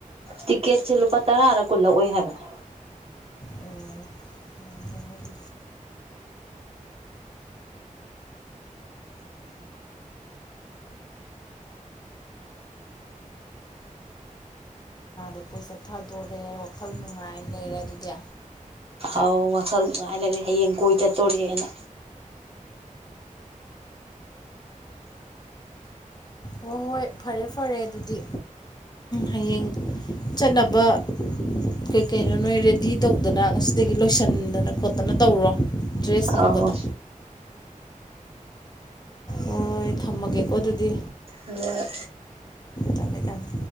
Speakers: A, on the right; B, on the left.
A: ꯇꯤꯛꯀꯦꯠꯁꯦ ꯂꯨꯄꯥ ꯇꯔꯥꯔ ꯀꯨꯜꯂꯛꯑꯣꯏ ꯍꯥꯏꯕꯅꯤ
B: ꯑꯣ ꯌꯥꯝꯗꯦꯅꯦ ꯑꯗꯨꯗꯤ ꯑꯩꯈꯣꯏ ꯆꯠꯊꯗꯣꯔꯦ ꯋꯥꯈꯜ ꯅꯨꯡꯉꯥꯏꯅ ꯂꯩꯔꯦ ꯑꯗꯨꯗꯤ
A: ꯑꯥꯎ ꯋꯥꯈꯜ ꯅꯨꯡꯉꯥꯏ ꯂꯩꯔꯦ ꯍꯌꯦꯡ ꯀꯣꯏ ꯆꯠꯇꯣꯣꯔꯦꯅ
B: ꯍꯣꯏ ꯍꯣꯏ ꯐꯔꯦ ꯐꯔꯦ ꯑꯗꯨꯗꯤ ꯍꯌꯦꯡ ꯆꯠꯅꯕ ꯀꯩ ꯀꯩꯅꯣ ꯅꯣꯏ ꯔꯦꯗꯤ ꯇꯧꯗꯅ ꯉꯁꯤꯗꯒꯤ ꯂꯣꯏꯁꯤꯟꯗꯅ ꯈꯣꯠꯇꯅ ꯇꯧꯔꯣ ꯗ꯭ꯔꯦꯁ ꯅꯨꯡꯕꯗꯣ
A: ꯑꯧ
B: ꯍꯣꯏ ꯊꯝꯃꯒꯦꯀꯣ ꯑꯗꯨꯗꯤ
A: ꯑ
B: ꯊꯝꯃꯦ ꯊꯝꯃꯦ